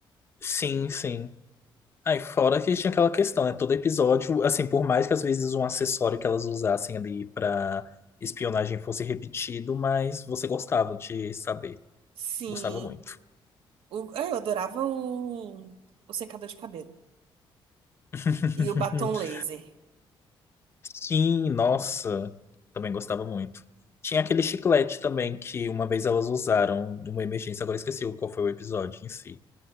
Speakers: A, on the left; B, on the right.
A: Sim, sim. Aí fora que tinha aquela questão, né? Todo episódio, assim, por mais que às vezes um acessório que elas usassem ali pra espionagem fosse repetido, mas você gostava de saber.
B: Sim.
A: Gostava muito.
B: O- é, eu adorava o, o secador de cabelo.
A: <laughs>
B: E o batom laser.
A: Sim, nossa, também gostava muito. Tinha aquele chiclete também que uma vez elas usaram numa emergência, agora esqueci o- qual foi o episódio em si.